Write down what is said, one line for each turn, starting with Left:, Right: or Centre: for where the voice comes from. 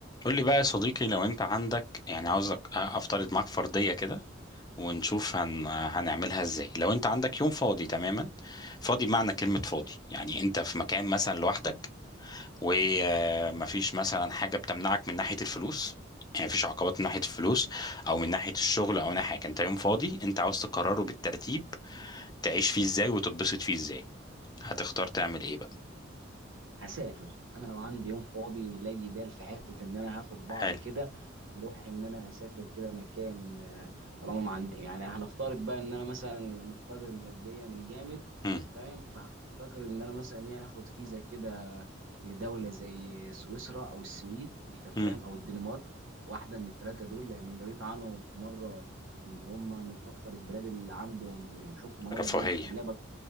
Left: قول لي بقى يا صديقي لو انت عندك يعني عاوزك افترض معاك فرضية كده ونشوف هن... هنعملها ازاي لو انت عندك يوم فاضي تماما فاضي بمعنى كلمة فاضي يعني انت في مكان مثلا لوحدك ومفيش مثلا حاجة بتمنعك من ناحية الفلوس يعني مفيش عقبات من ناحية الفلوس او من ناحية الشغل او من ناحية حاجة انت يوم فاضي انت عاوز تقرره بالترتيب تعيش فيه ازاي وتتبسط فيه ازاي هتختار تعمل ايه بقى
Right: هسافر انا لو عندي يوم فاضي لا يدال في حته ان انا هاخد بعضي
Left: حلو
Right: كده نروح ان انا اسافر كده مكان آه، طالما ما عندي يعني هنفترض بقى ان انا مثلا مقتدر ماديا جامد
Left: امم
Right: فاهم فهفكر ان انا مثلا ايه هاخد فيزا كده لدوله زي سويسرا او السويد انت فاهم
Left: امم
Right: او الدنمارك واحده من الثلاثه دول لان قريت عنهم في مره ان هم من اكتر البلاد اللي عندهم يعني شفت مناظر
Left: رفاهية
Right: ليهم خلابه